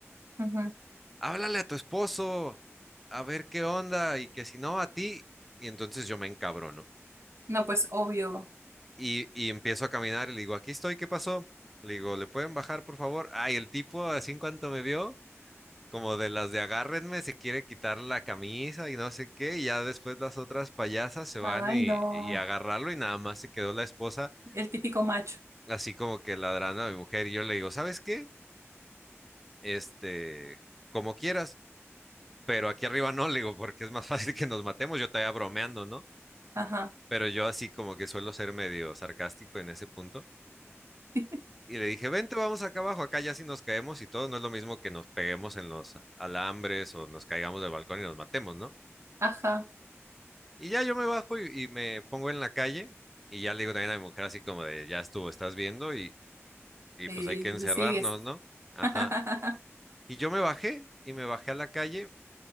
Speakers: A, on the right; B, in the centre.
A: ujú.
B: Háblale a tu esposo, a ver qué onda, y que si no, a ti. Y entonces yo me encabrono.
A: No, pues obvio.
B: Y, y empiezo a caminar y le digo, aquí estoy, ¿qué pasó? Le digo, ¿le pueden bajar, por favor? Ay, el tipo, así en cuanto me vio, como de las de agárrenme, se quiere quitar la camisa y no sé qué, y ya después las otras payasas se van
A: Ay,
B: y,
A: no,
B: y a agarrarlo y nada más se quedó la esposa
A: el típico macho.
B: así como que ladrando a mi mujer y yo le digo, ¿sabes qué? Este, como quieras, pero aquí arriba no, le digo, porque es más <laughs> fácil que nos matemos, yo todavía bromeando, ¿no?
A: Ajá,
B: Pero yo así como que suelo ser medio sarcástico en ese punto.
A: <laughs>
B: Y le dije, vente, vamos acá abajo, acá ya si nos caemos y todo, no es lo mismo que nos peguemos en los alambres o nos caigamos del balcón y nos matemos, ¿no?
A: ajá,
B: Y ya yo me bajo y, y me pongo en la calle y ya le digo también a mi mujer así como de, ya estuvo, estás viendo y, y
A: y
B: pues hay que encerrarnos,
A: le sigues.
B: ¿no? Ajá.
A: <laughs>
B: Y yo me bajé y me bajé a la calle